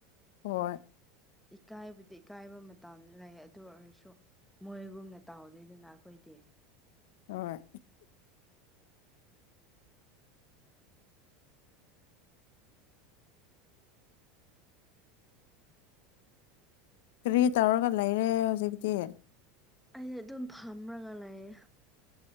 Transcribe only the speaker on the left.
ꯍꯣꯏ
ꯍꯣꯏ ꯀꯔꯤ ꯇꯧꯔꯒ ꯂꯩꯔꯦ ꯍꯧꯖꯤꯛꯇꯤ